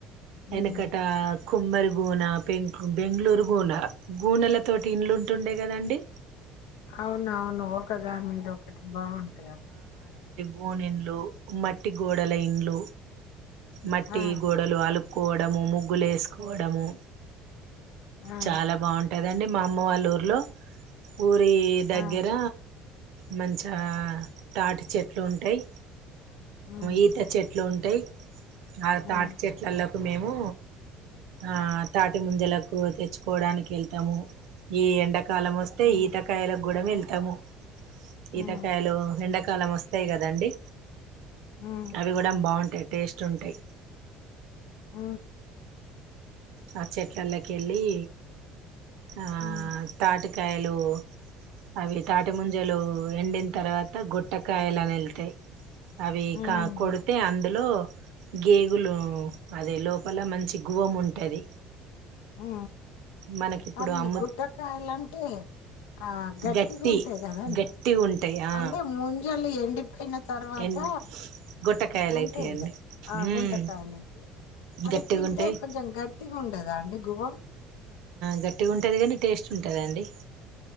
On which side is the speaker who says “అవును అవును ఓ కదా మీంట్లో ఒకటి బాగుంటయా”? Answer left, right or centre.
Left